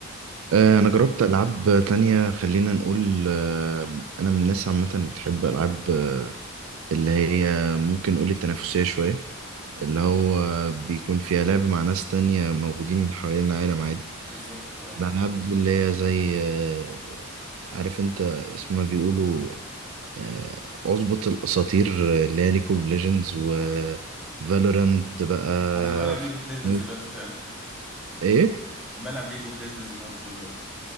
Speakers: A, in the centre; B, on the right.
A: مم،
B: آه، أنا جربت ألعاب تانية خلينا نقول آه، أنا من الناس عامة اللي بتحب ألعاب آه، اللي هي ممكن نقول التنافسية شوية اللي هو بيكون فيها لعب مع ناس تانية موجودين حوالين العالم عادي
A: بالظبط اه
B: الألعاب دي اللي هي زي آه، عارف أنت اسمها بيقولوا آه، اظبط الاساطير آه، اللي هي ليج اوف ليجندز و فالورانت بقى
A: انا بلعب
B: فورتنايت
A: ليج اوف ليجندز دلوقتي فعلا
B: ايه
A: بلعب ليج اوف ليجندز برضه دلوقتي